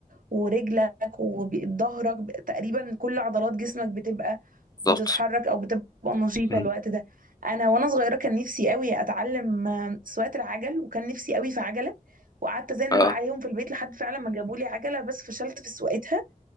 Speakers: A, on the right; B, on the left.
A: ورجلك وظهرك ب- تقريبا كل عضلات جسمك بتبقى بتتحرك
B: بالظبط
A: او بتبقى نشيطه
B: أمم،
A: الوقت ده انا وانا صغيره كان نفسي قوي اتعلم آه، سواقه العجل وكان نفسي قوي في عجله وقعدت ازن
B: اه
A: بقى عليهم في البيت لحد فعلا ما جابوا لي عجله بس فشلت في سواقتها